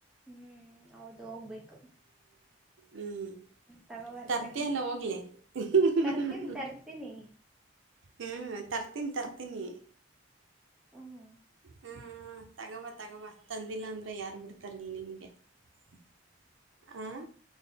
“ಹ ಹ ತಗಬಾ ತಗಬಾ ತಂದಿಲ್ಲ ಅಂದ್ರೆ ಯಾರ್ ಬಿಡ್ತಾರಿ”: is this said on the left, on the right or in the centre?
Right